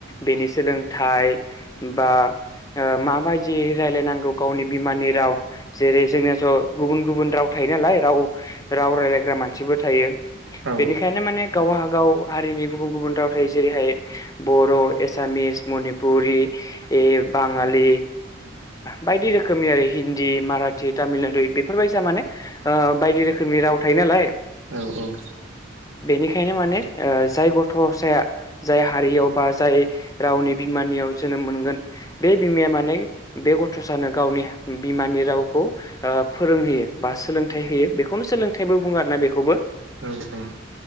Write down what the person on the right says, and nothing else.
औ
औ औ
औ औ